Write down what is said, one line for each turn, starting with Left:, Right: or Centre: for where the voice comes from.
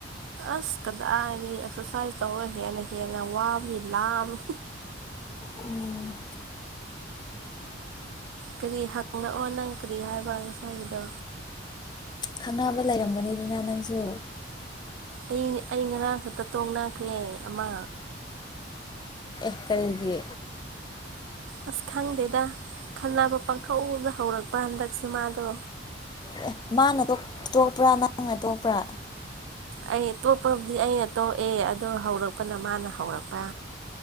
Right: ꯑꯁ ꯀꯗꯥꯏꯗꯤ ꯑꯦꯛꯁꯔꯁꯥꯏꯖ ꯇꯧꯔꯒ ꯍꯦꯟꯅ ꯍꯦꯟꯅ ꯋꯥꯕꯒꯤ ꯂꯥꯝꯃꯤ
Left: ꯎꯝ
Right: ꯀꯔꯤ ꯍꯪꯪꯂꯛꯑꯣ ꯅꯪ ꯀꯔꯤ ꯍꯥꯏꯕ ꯉꯁꯥꯏꯒꯤꯗꯣ
Left: ꯈꯪꯅꯕ ꯂꯩꯔꯝꯒꯅꯤꯗꯨꯅ ꯅꯪꯁꯨ
Right: ꯑꯩ ꯑꯩ ꯉꯔꯥꯡ ꯈꯛꯇ ꯇꯣꯡꯅꯈ꯭ꯔꯦ ꯑꯃ
Left: ꯑꯦ ꯀꯔꯤꯒꯤ
Right: ꯑꯁ ꯈꯪꯗꯦꯗ ꯈꯟꯅꯕ ꯄꯥꯡꯈꯊꯧꯗ ꯍꯧꯔꯛꯄ ꯍꯟꯗꯛꯁꯦ ꯃꯥꯗꯣ
Left: ꯑꯦ ꯃꯥꯅ ꯇꯣꯛꯄ꯭ꯔꯥ ꯅꯪꯅ ꯇꯣꯛꯄ꯭ꯔꯥ
Right: ꯑꯩ ꯇꯣꯞꯄꯕꯨꯗꯤ ꯑꯩꯅ ꯇꯣꯛꯑꯦ ꯑꯗꯣ ꯍꯧꯔꯛꯄꯅ ꯃꯥꯅ ꯍꯧꯔꯛꯄ